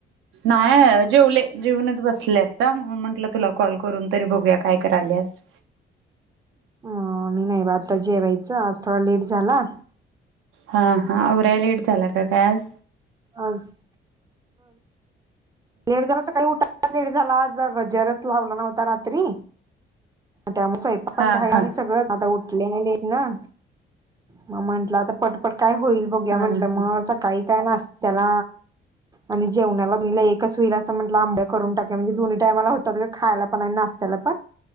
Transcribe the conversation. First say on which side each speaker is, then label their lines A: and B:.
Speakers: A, on the right; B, on the right.
A: नाही जेवले जेवुणच बसले आता. म्हंटलं तुला कॉल करून तरी बघूया काय कराल्यास.
B: ह मी नाही बा आता जेवायचं च थोडा लेट झाला.
A: हा हा औराय लेट झाला का काय आज?
B: आज लेट झाला सकाळी उठायलाच लेट झाला आज. गजरच लावला नव्हता रात्री. त्यामुळे स्वयंपाक पण
A: हा
B: राहिला
A: हा
B: आणि
A: हा
B: सगळंच आता उठलेले लेट्न. मग म्हंटलं आता पटपट काय होईल बघूया
A: हा
B: म्हटलं मग सकाळी काय नाश्त्याला आणि जेवणाला बी एकच होईल असं म्हटलं आंब्या करून टाकूया म्हणजे दोन्ही टाइमाला होतात गं खायला पण नास्त्याला पण.